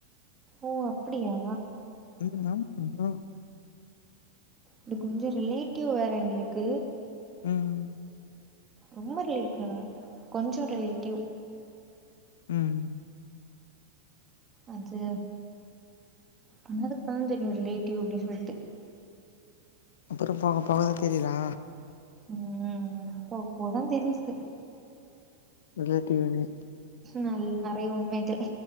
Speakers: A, on the right; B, on the left.
A: ஓ அப்டியா
B: ம். ஆமா. ம்.
A: இது கொஞ்ஜோ ரிலேட்டிவ் வேற எங்களுக்கு
B: ம்
A: ரொம்ப ரிலேட்டிவ் இல்ல கொஞ்ஜோ ரிலேட்டிவ்
B: ம்
A: அது பண்ணதுக்கு தா தெரியு ரிலேட்டிவ் அப்டின்னு சொல்ட்டு
B: அப்பறோ போக போகதா தெரியிதா
A: ம் போவ போவதா தெரிஞ்ஜிது
B: ரிலேட்டிவ்னே
A: நல்ல நெறய உண்மைகள்